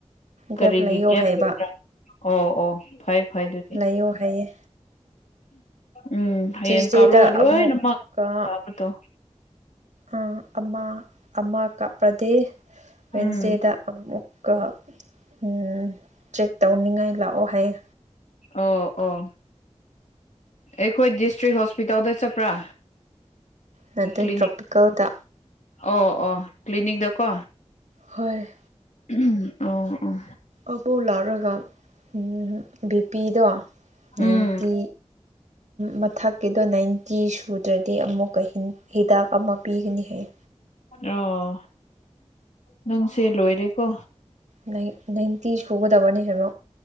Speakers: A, on the left; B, on the right.
A: ꯀꯔꯤꯒꯤ
B: ꯒꯦꯞ ꯂꯩꯌꯣ
A: ꯒꯦꯞ
B: ꯍꯥꯏꯕ
A: ꯂꯩꯕ꯭ꯔꯥ ꯑꯣ ꯑꯣ ꯐꯩ ꯐꯩ ꯑꯗꯨꯗꯤ
B: ꯂꯩꯌꯣ ꯍꯥꯏꯌꯦ
A: ꯎꯝ ꯍꯌꯦꯡ
B: ꯇ꯭ꯌꯨꯁꯗꯦꯗ
A: ꯀꯥꯕ꯭ꯔꯣꯒ ꯂꯣꯢꯅꯃꯛ
B: ꯑꯃꯨꯛꯀ
A: ꯐꯥꯕꯗꯣ
B: ꯑ ꯑꯃ ꯑꯃ ꯀꯥꯞꯄ꯭ꯔꯗꯤ ꯋꯦꯟꯁꯗꯦꯗ
A: ꯎꯝ
B: ꯑꯃꯨꯛꯀ ꯎꯝ ꯆꯦꯛ ꯇꯧꯅꯤꯡꯉꯥꯏ ꯂꯥꯛꯑꯣ ꯍꯥꯏꯌꯦ
A: ꯑꯣ ꯑꯣ ꯑꯩꯈꯣꯏ ꯗꯤꯁꯇ꯭ꯔꯤꯛ ꯍꯣꯁꯄꯤꯇꯥꯜꯗ ꯆꯠꯄ꯭ꯔꯥ
B: ꯅꯠꯇꯦ
A: ꯀ꯭ꯂꯤꯅꯤꯛ
B: ꯇ꯭ꯔꯣꯄꯤꯀꯦꯜꯗ
A: ꯑꯣ ꯑꯣ ꯀ꯭ꯂꯤꯅꯤꯛꯗꯀꯣ
B: ꯍꯣꯏ
A: <unintelligible> ꯑꯣ ꯑꯣ
B: ꯑꯕꯣꯛ ꯂꯥꯛꯔꯒ ꯎꯝ ꯕꯤ ꯄꯤ ꯗꯣ
A: ꯎꯝ
B: ꯅꯥꯏꯟꯇꯤ ꯃꯊꯛꯀꯤ ꯇꯣ ꯅꯥꯏꯟꯇꯤ ꯁꯨꯗ꯭ꯔꯗꯤ ꯑꯃꯨꯛꯀ ꯍꯤꯟ ꯍꯤꯗꯥꯛ ꯑꯃ ꯄꯤꯒꯅꯤ ꯍꯌꯦ
A: ꯑꯣ ꯅꯪꯁꯦ ꯂꯣꯏꯔꯦꯀꯣ
B: ꯅꯪꯒꯤ ꯅꯥꯏꯟꯇꯤ ꯁꯨꯒꯗꯕꯅꯦ ꯍꯥꯏꯕ